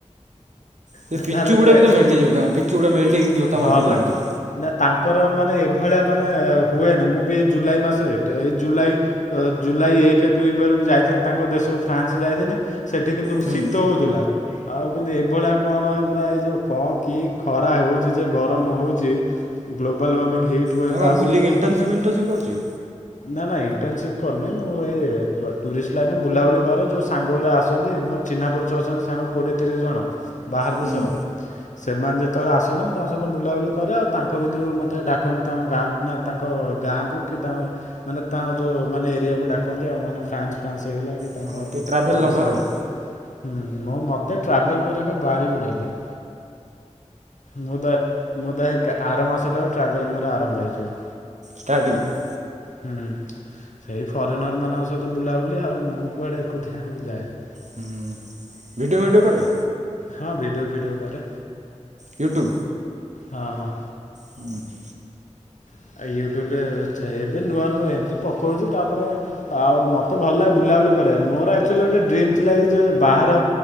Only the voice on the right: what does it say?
ସେ
ପିଚୁଗୁଡା
ବି ମେଲ୍ଟ ହେଇଯାଉଛି ତାଙ୍କ ପିଚୁଗୁଡା ମେଲ୍ଟ ହେଇକି ଜୋତା
ଫୋତା
ରେ ଲାଗେ
ହୁଁ
ତମେ
କ'ଣ
ବୁଲିକି ଇଣ୍ଟର୍ନସିପ୍
ଇଣ୍ଟର୍ନସିପ୍ କରୁଛ କି
ହୁଁ
ଓହୋ ଟିକେ ଟ୍ରାଭେଲ୍
ଲଭର୍
ଆଉ
ଷ୍ଟାର୍ଟ ହେଇଯିବ
ହୁଁ। ଭିଡ଼ିଓ ଭିଡ଼ିଓ କରେ?
ୟୁଟ୍ୟୁବ।
ହୁଁ।